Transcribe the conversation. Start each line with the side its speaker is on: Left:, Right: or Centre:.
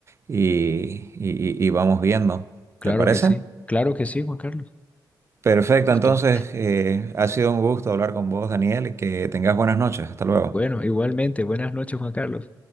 Right: y, y y- y vamos viendo.
Left: Claro
Right: ¿Te parece?
Left: que sí, claro que sí, Juan Carlos.
Right: Perfecto,
Left: Justo.
Right: entonces eh, ha sido un gusto hablar con vos, Daniel, y que tengas buenas noches. Hasta luego.
Left: Bueno, igualmente, buenas noches, Juan Carlos.